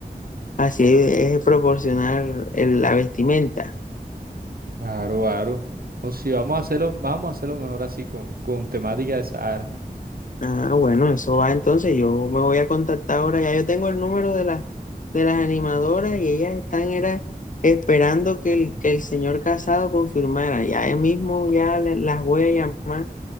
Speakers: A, on the left (about 55°); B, on the right (about 65°).
A: así es proporcionar el- la vestimenta.
B: Claro, claro. O si vamos a hacerlo, vamos a hacerlo mejor así con, con temática de Sahara.
A: Ah, bueno, eso va entonces. Yo me voy a contactar ahora. Ya yo tengo el número de las de las animadoras y ellas están era, esperando que el, que el señor Casado confirmara. Ya él mismo ya le- las voy a llamar